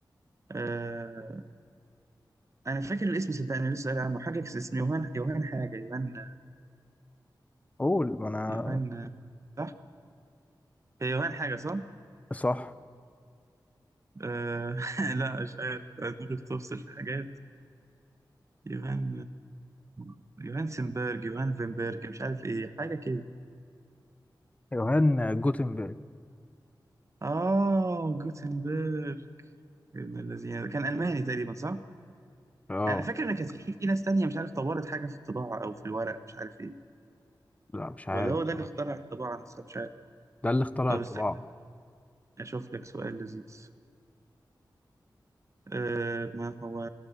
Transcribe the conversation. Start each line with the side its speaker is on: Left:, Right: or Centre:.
Right: آه انا فاكر الاسم صدقني لسه قايل عنه حاجة اسمه يوهان يوهان حاجة يوهان
Left: قول ما انا
Right: يوهان صح؟ هي يوهان حاجة صح؟
Left: صح
Right: آه <laughs> لا مش عارف دماغي بتفصل في حاجات يوهان آه، يوهان سنبرج يوهان فينبرج مش عارف ايه حاجة كده
Left: يوهان جوتنبرج
Right: اه جوتنبرج ابن الذين ده كان ألماني تقريبا صح؟
Left: اه
Right: أنا فاكر إن كانت في في ناس تانية مش عارف طورت حاجة في الطباعة أو في الورق مش عارف إيه
Left: لا مش عارف
Right: ولا هو
Left: بصراحة
Right: ده اللي اخترع الطباعة نفسها مش عارف
Left: ده اللي اخترع
Right: طب
Left: الطباعة
Right: استنى أشوف لك سؤال لذيذ أه ما هو